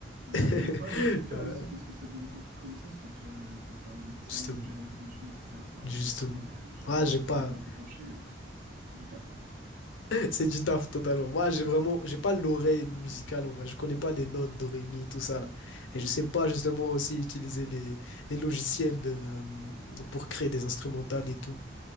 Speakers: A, on the right; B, on the left.
A: Bah,
B: <laughs>
A: euh, ouais, bah, c'est bien
B: Ouais,
A: aussi parce que ça demande beaucoup de connaissances, quoi, déjà, euh, de faire le mixage,
B: justement.
A: gérer l'autotune, etc. C'est vraiment
B: Justement.
A: compliqué. Euh, J'ai un
B: Ah,
A: pote
B: j'ai
A: qui
B: pas,
A: s'y était un peu penché, euh, pff, c'est du taf, hein.
B: C'est du taf totalement. Moi, j'ai vraiment, j'ai pas l'oreille musicale en vrai. Je connais pas les notes, do, ré, mi, tout ça là. Et
A: <laughs>
B: je
A: Mhm.
B: sais pas justement aussi utiliser les, les logiciels de, euh, pour créer des instrumentales et tout.